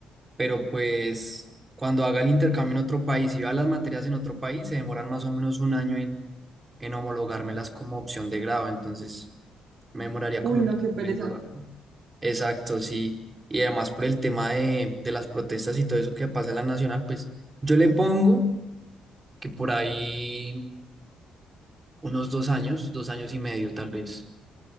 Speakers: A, on the right; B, on the right.
A: pero pues cuando haga el intercambio en otro país y va las materias en otro país, se demoran más o menos un año en homologármelas como opción de grado, entonces me demoraría
B: Uy,
A: como un
B: no,
A: año
B: qué pereza.
A: en Exacto, sí. Y además por el tema de, de las protestas y todo eso que pasa en la nacional, pues yo le pongo que por ahí unos dos años, dos años y medio tal vez.